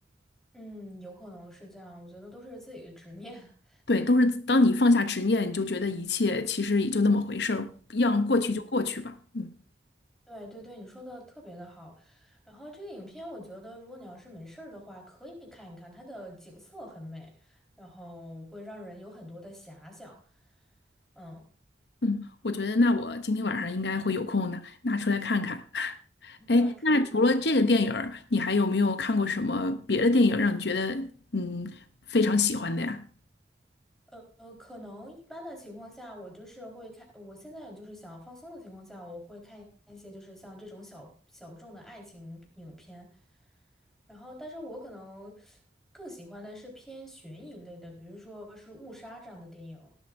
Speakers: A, in the centre; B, on the left.
A: 嗯，有可能是这样，我觉得都是自己的执念。<laughs>
B: 对，都是当你放下执念，你就觉得一切其实也就那么回事儿，让过去就过去吧。嗯
A: 对对对，你说的特别的好。然后这个影片，我觉得如果你要是没事儿的话，可以看一看，它的景色很美，然后会让人有很多的遐想。嗯，
B: 嗯，我觉得那我今天晚上应该会有空的，拿出来看看。<laughs>
A: <laughs>
B: 哎，
A: 那可以的。
B: 那除了这个电影儿，你还有没有看过什么别的电影儿让你觉得嗯非常喜欢的呀？
A: 呃呃，可能一般的情况下，我就是会看，我现在就是想放松的情况下，我会看一些就是像这种小小众的爱情影片，然后，但是我可能更喜欢的是偏悬疑类的，比如说是《误杀》这样的电影。